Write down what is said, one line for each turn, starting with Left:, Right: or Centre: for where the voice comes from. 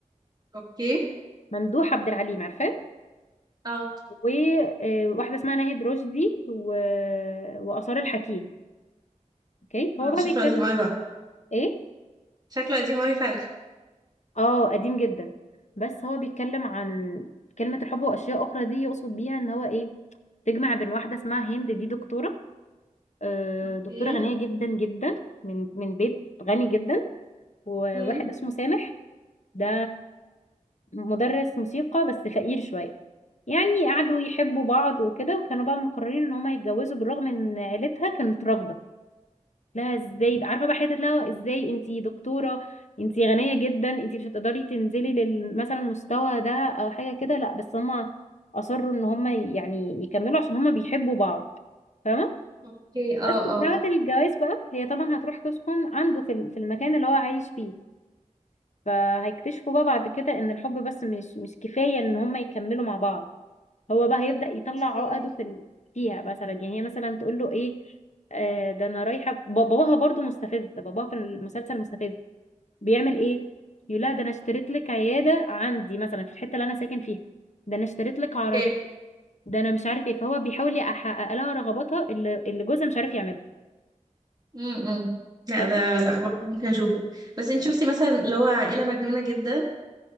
Right: اوكي
Left: ممدوح عبد العليم عارفاه
Right: اه
Left: وواحدة اسمها ناهد رشدي و... وآثار الحكيم اوكي هو
Right: اه
Left: بقى
Right: ده شكله
Left: بيتكلم
Right: قديم قوي بقى
Left: ايه
Right: شكله قديم قوي فعلا
Left: اه قديم جدا بس هو بيتكلم عن كلمة الحب وأشياء أخرى دي يقصد بيها ان هو ايه تجمع بين واحدة اسمها هند دي دكتورة آه،
Right: اوكي
Left: دكتورة غنية جدا جدا من من بيت غني جدا وواحد
Right: امم
Left: اسمه سامح ده مدرس موسيقى بس فقير شوية يعني قعدوا يحبوا بعض وكده وكانوا بقى مقررين ان هما يتجوزوا بالرغم ان عيلتها كانت رافضة لها ازاي عارفه بقى حته لها ازاي انتي دكتوره انتي غنيه جدا انتي مش هتقدري تنزلي لل- مثلا المستوى ده او حاجه كده لا بس هما اصروا ان هما يعني يكملوا عشان هما بيحبوا بعض فاهمه
Right: اوكي اه
Left: بس بعد
Right: اه
Left: الجواز بقى هي طبعا هتروح تسكن عنده في ال- في المكان اللي هو عايش فيه فهيكتشفوا بقى بعد كده ان الحب بس مش مش كفايه ان هما يكملوا مع بعض هو بقى هيبدأ
Right: اوكي
Left: يطلع عقده في ال- فيها مثلا يعني هي مثلا تقول له ايه آه ده انا رايحه ب- باباها برضو مستفز باباها في المسلسل مستفز بيعمل ايه يقول لها ده انا اشتريت لك عياده عندي مثلا في الحته اللي انا ساكن فيها ده انا اشتريت لك
Right: اوكي
Left: عربيه ده انا مش عارف ايه فهو بيحاول يحقق لها رغباتها اللي اللي جوزها مش عارف يعملها
Right: امم لا
Left: فاهم
Right: ده لا برضه ممكن اشوفه بس انت شفتي مثلا اللي هو عائلة مجنونة جدا